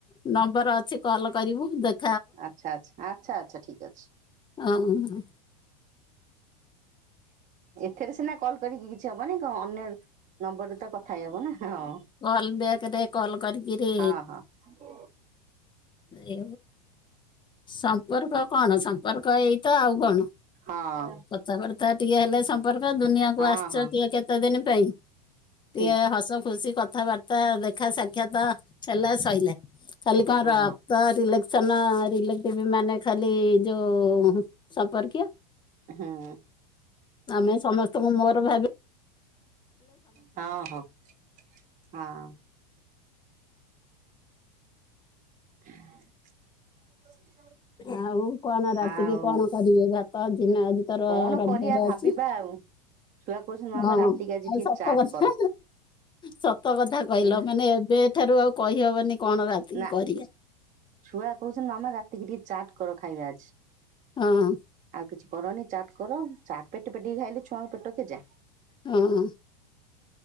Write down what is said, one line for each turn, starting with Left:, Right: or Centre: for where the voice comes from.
Left: ନମ୍ବର ଅଛି କଲ୍ କରିବୁ। ଦେଖ୍
Right: ଆଚ୍ଛା ଆଚ୍ଛା ଆଚ୍ଛା ଆଚ୍ଛା ଠିକ୍ ଅଛି।
Left: ଅ ହଁ ହଁ।
Right: ଏଥିରେ ସିନା କଲ୍ କରିକି କିଛି ହବନି। ଅନ୍ୟ ନମ୍ବରରେ ତ କଥା ହେଇହବ ନା। ହଁ
Left: କଲ୍ ବ୍ୟାକରେ କଲ୍ କରିକିରି
Right: ହଁ ହଁ।
Left: ଏ ସମ୍ପର୍କ କଣ ସମ୍ପର୍କ ଏଇତ ଆଉ କଣ।
Right: ହଁ
Left: କଥାବାର୍ତ୍ତା ଟିକେ ହେଲେ ସମ୍ପର୍କ। ଦୁନିଆ
Right: ହଁ
Left: ଆସିଚ
Right: ହଁ
Left: କିଏ କେ ତେ ଦିନ ପାଇଁ ଟିକେ
Right: ଠିକ୍
Left: ହସ ଖୁସି କଥାବାର୍ତ୍ତା ତା ଦେଖା ସାକ୍ଷାତ ଚାଲିଲା ସଇଲା। ଖାଲି କଣ
Right: ହଁ
Left: ର ରିଲେକ୍ସନ ରିଲେଟିଭ ମାନେ ଖାଲି ଯୋଉ ସମ୍ପର୍କୀୟ।
Right: ହୁଁ
Left: ଆମେ ସମସ୍ତଙ୍କୁ ମୋର ଭାବି
Right: ହଁ ହଁ। ହଁ। <inaudible> <unintelligible>
Left: ଆଉ କଣ ରାତିରେ
Right: ଆଉ
Left: କଣ କରିବେ? ଭାତ ଦିନ ଆଜି ତୋର
Right: କଣ
Left: ରବିବାର
Right: କରିବା ଭାବିବା
Left: ଅଛି।
Right: ଆଉ ଛୁଆ କହୁଛନ୍ତି ମାମା
Left: ହଁ
Right: ରାତିକି ଆଜି
Left: ଆଉ
Right: ଟିକେ
Left: ସତ
Right: ଚାଟ୍
Left: କଥା
Right: କର
Left: ସତ କଥା କହିଲ
Right: ହେଲା
Left: ମାନେ ଏବେ ଠାରୁ ଆଉ କହି ହବନି କଣ ରାତି
Right: ନା
Left: କରିବା।
Right: ଛୁଆ କହୁଛନ୍ ମାମା ରାତିକି ଟିକେ ଚାଟ୍ କର ଖାଇବା ଆଜି।
Left: ହଁ।
Right: ଆଉ କିଛି କରନି ଚାଟ କର। ଚାଟ ପେଟ ପେଟେ କ ଖାଇଲେ ଛୁଆଙ୍କ ପେଟ କେ ଯା।
Left: ହଁ।